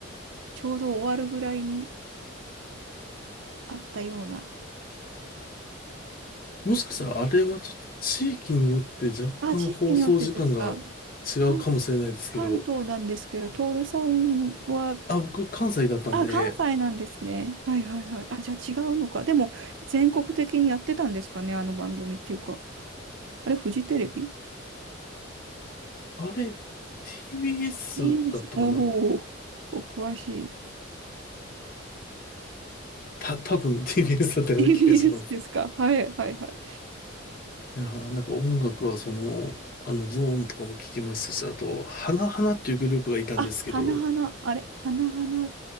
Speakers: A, on the right (about 70°); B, on the left (about 45°).
A: ちょうど終わるぐらいにあったような。
B: もしかしたらあれはちょっと地域によって若干放送時間が
A: あ、地域によってですか。
B: 違うかもしれないですけど、
A: 関、関東なんですけど、徹さんは、
B: あ、僕関西だったんで、
A: あ、関西なんですね。はいはいはい。あ、じゃあ違うのか。でも全国的にやってたんですかね、あの番組っていうか。あれ、フジテレビ
B: あれ TBS
A: えです。
B: だったかな
A: おお、お詳しい。
B: た、多分 TBS だったような気がします。
A: <laughs> TBS ですか。はいはいはい。
B: いやーなんか音楽はその、あのゾーンとかも聞きましたし、あと、花々っていうグループがいたんですけど、
A: あ、花々、あれ、花々。